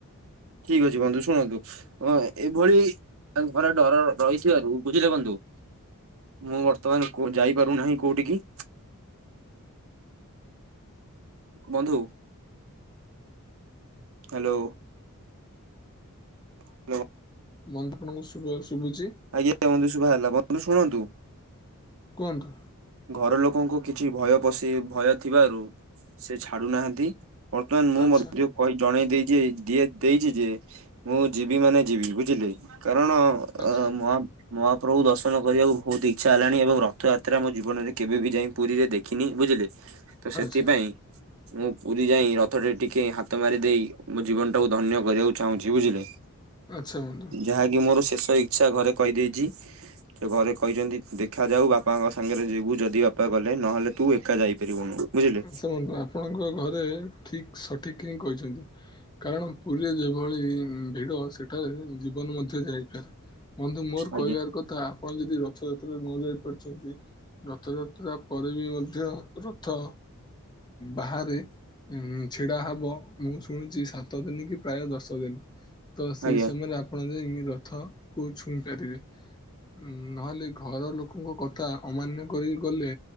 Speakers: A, on the right; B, on the left.
A: ଠିକ ଅଛି ବନ୍ଧୁ ଶୁଣନ୍ତୁ ଅ ଏଇଭଳି ଆ ଘରେ ଡର ରହିଥିବାରୁ ବୁଝିଲେ ବନ୍ଧୁ। ମୁଁ ବର୍ତ୍ତମାନ କୋ ଯାଇପାରୁନାହିଁ କୋଉଠିିକି। ବନ୍ଧୁ ହାଲୋ। <unintelligible>
B: ବନ୍ଧୁ ଆପଣଙ୍କୁ ଶୁଭୁ ଶୁଭୁଛି?
A: ଆଜ୍ଞା ବନ୍ଧୁ ଶୁଭାଗଲା, ବନ୍ଧୁ ଶୁଣନ୍ତୁ?
B: କୁହନ୍ତୁ?
A: ଘର ଲୋକଙ୍କୁ କିଛି ଭୟ ପଶି ଭୟ ଥିବାରୁ ସେ ଛାଡୁନାହାନ୍ତି। ବର୍ତ୍ତମାନ ମୁଁ
B: ଆଚ୍ଛା
A: ମଧ୍ୟ କହି ଜଣେଇ ଦେଇଛି ଦି ଦେଇଛି ଯେ ମୁଁ ଯିବି ମାନେ ଯିବି ବୁଝିଲେ? କାରଣ
B: ଆଚ୍ଛା
A: ଅ ମହା ମହାପ୍ରଭୁ ଦର୍ଶନ କରିବାକୁ ବହୁତ ଇଚ୍ଛା ହେଲାଣି ଏବଂ ରଥଯାତ୍ରା ଆମେ ଯିବୁ। ଜୀବନରେ କେବେ ବି ଯାଇ ପୁରୀରେ ଦେଖିନି, ବୁଝିଲେ ତ ସେଥିପାଇଁ
B: ଆଚ୍ଛା।
A: ମୁଁ ପୁରୀ ଯାଇ ରଥ ଟେ ଟିକେ ହାତ ମାରି ଦେଇେ ମୋ ଜୀବନ ଟାକୁ ଧନ୍ୟ କରିବାକୁ ଚାହୁଁଛି ବୁଝିଲେ।
B: ଆଚ୍ଛା ବନ୍ଧୁ
A: ଯାହାକି ମୋର ଶେଷ ଇ ସେ ଘରେ କହିଦେଇଛି ସେ ଘରେ କହିଛନ୍ତି ଦେଖାଯାଉ ବାପାଙ୍କ ସାଙ୍ଗରେ ଯିବୁ। ତୁ ଯଦି ବାପା କଲେ ନହେଲେ ତୁ ଏକା ଯାଇପାରିବୁନୁ। ବୁଝିଲେ
B: ଶୁଣନ୍ତୁ ଆପଣଙ୍କ ଘରେ ଠିକ ସଠିକ ହିଁ କହିଛନ୍ତି। କାରଣ ପୁରୀରେ ଯେଭଳି ଇଁ ଭିଡ଼ ସେଠାରେ ଜି ଜୀବନ ମଧ୍ୟ ଯାଇପାରେ, ବନ୍ଧୁ ମୋର
A: ଆଜ୍ଞା
B: କହିବାର କ ତଥା ଆପଣ ଯଦି ରଥଯାତ୍ରା ନ ଯାଇ ପାରୁଛନ୍ତି ରଥଯାତ୍ରା ପରେ ବି ମଧ୍ୟ ରଥ ବାହାରେ ଉ ଛିଡା ହବ ମୁଁ ଶୁଣିଛି ସାତ ଦିନ କି ପ୍ରାୟ ଦଶ ଦିନ। ତ ସେଇ
A: ଆଜ୍ଞା
B: ସମୟରେ ଆପଣ ଯାଇକି ରଥ କୁ ଛୁଇଁ ପାରିବେ। ଉଁ ନହେଲେ ଘର ଲୋକଙ୍କ କଥା ଅମାନ୍ୟ କରିକି ଗଲେ